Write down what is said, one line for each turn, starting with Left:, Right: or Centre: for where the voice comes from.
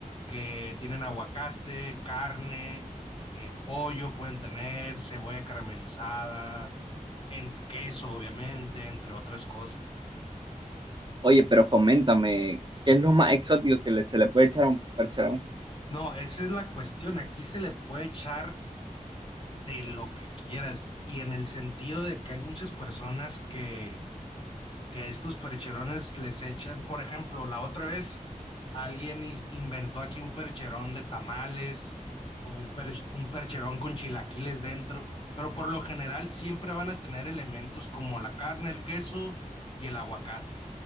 Left: que tienen aguacate, carne, eh, pollo pueden tener, cebolla caramelizada, en, queso obviamente, entre otras cosas.
Right: Oye, pero coméntame, ¿qué es lo más exótico que le- se le puede echar a un percherón?
Left: No, esa es la cuestión, aquí se le puede echar de lo que quieras y en el sentido de que hay muchas personas que que a estos percherones les echan, por ejemplo, la otra vez alguien is- inventó aquí un percherón de tamales o un, per- un percherón con chilaquiles dentro, pero por lo general siempre van a tener elementos como la carne, el queso y el aguacate.